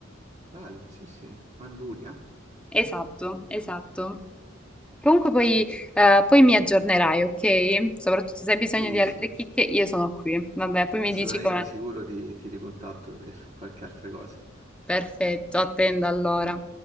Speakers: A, on the right (about 35°); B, in the centre.
A: bello, sì, sì. Manduria?
B: Esatto, esatto. Comunque poi, eh, poi mi aggiornerai, ok? Soprattutto se hai bisogno
A: Sì,
B: di altre
A: sì, sì.
B: chicche, io sono qui. Vabbè, poi mi
A: assolutamente
B: dici com'è.
A: sicuro ti, ti ricontatto per qualche altra cosa.
B: Perfetto, attendo allora.